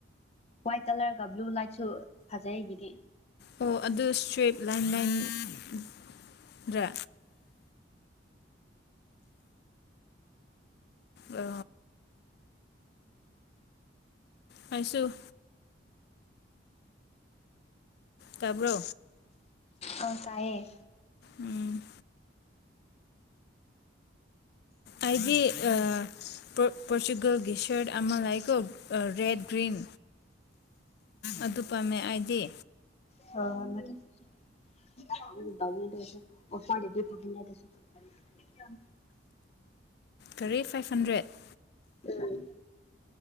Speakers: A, on the left; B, on the left.
A: ꯋꯥꯏꯠ ꯀꯂꯔꯒ ꯕ꯭ꯂꯨ ꯂꯥꯏꯠꯁꯨ ꯐꯖꯩ ꯑꯩꯒꯤꯗꯤ
B: ꯑꯣ ꯑꯗꯨ ꯁꯇ꯭ꯋꯔꯤꯞ ꯂꯥꯏꯟ ꯂꯥꯏꯟꯗ꯭ꯔꯦ ꯑ ꯍꯥꯏꯁꯨ ꯇꯥꯕ꯭ꯔꯣ
A: ꯑꯪ ꯇꯥꯏꯌꯦ
B: ꯎꯝ ꯑꯩꯗꯤ ꯑ ꯄꯣ ꯄꯣꯔꯆꯨꯒꯜꯒꯤ ꯁꯔꯠ ꯑꯃ ꯂꯏꯀꯣ ꯔꯦꯠ ꯒꯔꯤꯟ ꯑꯗꯨ ꯄꯥꯝꯃꯦ ꯑꯩꯗꯤ
A: ꯍ ꯍꯃꯗꯤ <unintelligible> ꯀꯌꯥꯝ
B: ꯀꯔꯤꯦ ꯐꯥꯏꯕ ꯍꯟꯗ꯭ꯔꯦꯠ
A: ꯎꯝ